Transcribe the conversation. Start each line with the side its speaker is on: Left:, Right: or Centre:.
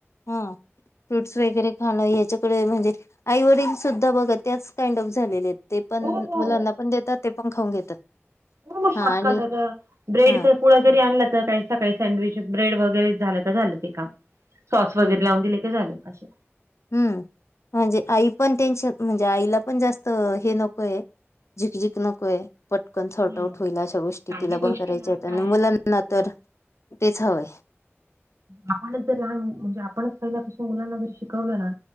Left: ह. फ्रूट्स वगैरे, खाणं याच्याकडे म्हणजे आई वडील, सुद्धा बघा त्याच काइंड ऑफ झालेले आहेत. ते पण
Right: हो हो
Left: मुलांना
Right: हो
Left: पण, देतात. ते पण खाऊन घेतात.
Right: हो मग
Left: हा
Right: शॉर्टकट
Left: आणि
Right: आता ब्रेडच.
Left: हा
Right: पुढ जरी आणलं तर काही सकाळी सँडविच ब्रेड वगैरे, झालं तर झालं ते काम. सॉस वगैरे,
Left: हम्म
Right: लावून दिले की झाले असं.
Left: हम्म, म्हणजे आई पण टेन्शन, म्हणजे आईला पण जास्त हे नकोय. जिख- जिख नको हे. पटकन
Right: हम्म
Left: सॉर्ट आउट होईल अशा गोष्टी
Right: काही
Left: तिला
Right: गोष्टी
Left: पण करायच्या
Right: ना
Left: आहेत
Right: पॅरेंट्सच
Left: आणि मुलांना
Right: चुकतात
Left: तर. तेचं हवं हे.
Right: आपणचं जर लहान म्हणजे, आपणचं पहिल्यापासून मुलांना जर शिकवलं ना.